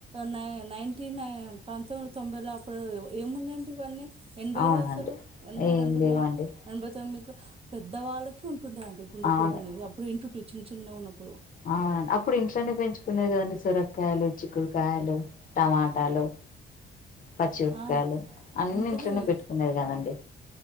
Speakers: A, on the right (about 30°); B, on the left (about 45°).
A: నై నైన్టీన్ న పంతొమ్మిది తొంభైలో అప్పుడు ఏమున్నాయండీ ఇవన్నీ ఎనభైలో
B: అవునండి
A: అసలు ఎనభై
B: ఏం
A: రెండులో
B: లేవండి
A: ఎనభై తొమ్మిదిలో, పెద్దవాళ్ళకి ఉంటుండ అండి గుండెపోటు
B: అవును
A: అనేది, అప్పుడు ఇంటుంటి చిన్న చిన్నగా ఉన్నప్పుడు.
B: అవునండి అప్పుడు ఇంట్లోనే పెంచుకునేది కదండి సొరకాయలు, చిక్కుడుకాయలు టమాటాలు, పచ్చి మిరపకాయలు
A: ఆ
B: అన్ని
A: ఇంకనే
B: ఇంట్లోనే పెట్టుకునేది కదండి.